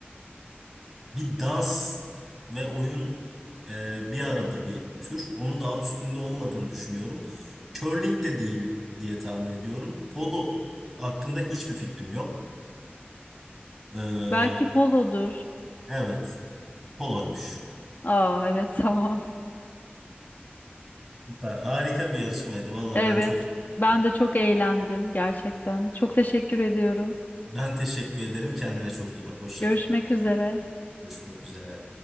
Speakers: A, in the centre; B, on the left.
A: bir dans ve oyun e, bir arada bir tür. Onun da alt üstünde olmadığını düşünüyorum. Curling de değil diye tahmin ediyorum. Polo hakkında hiçbir fikrim yok. Ee,
B: Belki polodur.
A: evet, poloymuş.
B: Aa, evet, <laughs> tamam.
A: Süper, harika bir yarışmaydı. Valla
B: Evet,
A: ben çok iyi
B: ben
A: buldum.
B: de çok eğlendim gerçekten. Çok teşekkür ediyorum.
A: Ben teşekkür ederim. Kendine çok iyi bak. Hoşça
B: Görüşmek
A: kal.
B: üzere.
A: Görüşmek üzere.